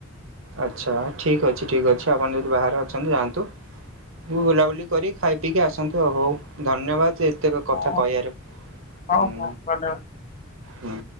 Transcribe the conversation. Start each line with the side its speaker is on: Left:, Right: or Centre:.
Right: ଆଚ୍ଛା ଠିକ୍ ଅଛି ଠିକ ଅଛି ଆପଣ ଯଦି ବାହାରେ ଅଛନ୍ତି ଯାଆନ୍ତୁ। ମୁ ବୁଲାବୁଲି କରି ଖାଇ ପିକି ଆସନ୍ତୁ ଆଉ ହଉ ଧନ୍ୟବାଦ ଏ ତେକ
Left: ହଁ
Right: କଥା କହିଆରୁ
Left: ହଁ
Right: ହୁଁ
Left: ହଁ ଧନ୍ୟବାଦ।
Right: ହୁଁ।